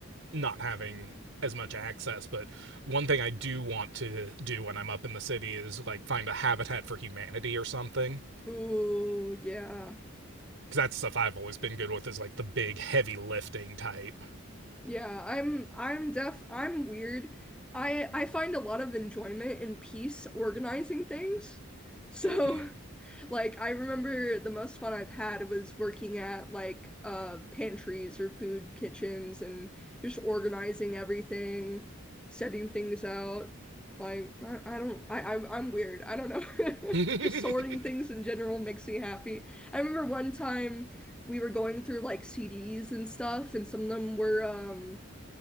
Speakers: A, on the right; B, in the centre.
A: not having as much access. But one thing I do want to do when I'm up in the city is like find a Habitat for Humanity or something,
B: Ooh, yeah.
A: because that's stuff I've always been good with is like the big heavy lifting type.
B: Yeah, I'm I'm deaf I'm weird. I I find a lot of enjoyment and peace organizing things. So
A: Hmm.
B: <laughs> Like I remember the most fun I've had was working at like uh pantries or food kitchens and just organizing everything, setting things out. Like I, I don't I, I I'm weird. I don't know. <laughs>
A: <laughs>
B: Just sorting things in general makes me happy. I remember one time we were going through like CDs and stuff and some of them were um